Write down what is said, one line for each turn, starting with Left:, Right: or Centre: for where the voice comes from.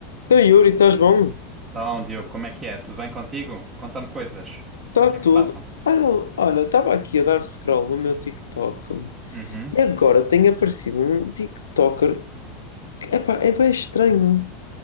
Left: Então, Yuri, estás bom?
Right: Então, Diogo, como é que é? Tudo bem contigo? Conta-me coisas. O
Left: Está
Right: que é que
Left: tudo.
Right: se passa?
Left: Olha, olha, estava aqui a dar scroll no meu TikTok
Right: Uhum.
Left: e agora tem aparecido um TikToker que epá, é bem estranho.